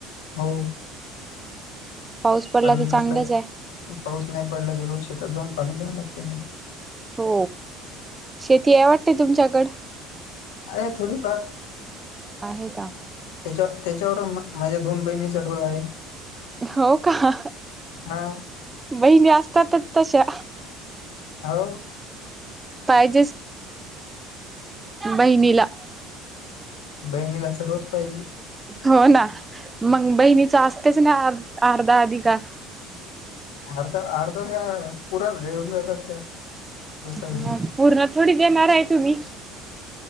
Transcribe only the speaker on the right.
पाऊस पडला
तर
चांगलंच आहे
हो, शेती आहे वाटते तुमच्याकड.
आहे का.
हो का,
बहिणी असतातच तशा.
पाहिजेच बहिणीला.
हो ना, मग बहिणीच असतेच ना, अर्धा आधी का.
मग
पूर्ण थोडी देणार आहे तुम्ही.